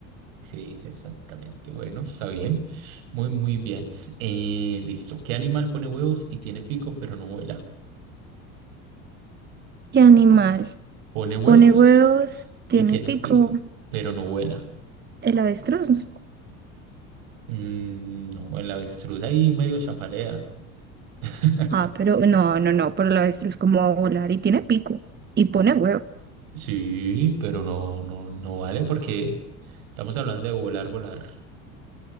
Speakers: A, on the right; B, on the right.
A: Sí, exactamente. Bueno, está bien. Muy, muy bien. Eh, listo. ¿Qué animal pone huevos y tiene pico pero no vuela?
B: ¿Qué animal?
A: Pone huevos
B: Pone huevos, tiene
A: y tiene
B: pico,
A: pico pero no vuela.
B: el avestruz.
A: Mm, no, el avestruz ahí medio chapalea. <laughs>
B: Ah, pero no, no, no, pero el avestruz como va a volar y tiene pico y pone huevo,
A: Sí, pero no, no, no vale porque estamos hablando de volar, volar.